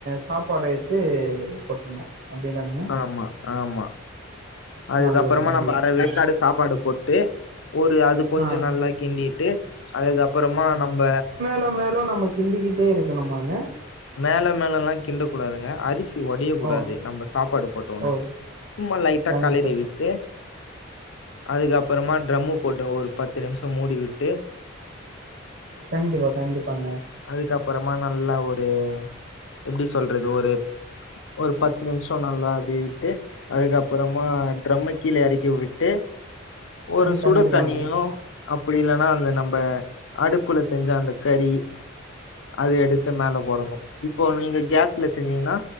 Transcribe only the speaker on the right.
சாப்பாடு வைத்து கொட்டணு அப்டி என்ன பண்ணிங்
நல்லது, நல்லது,
நல்லது.
ஆ.
மேலு மேலு நம்ப கிண்டிக்கிட்டே இருக்கணுமாங்க
ஓ!
ஓ!
கண்டிப்பா.
கண்டிப்பா கண்டிப்பாங்க
ம்.
கண்டிப்பாங்க.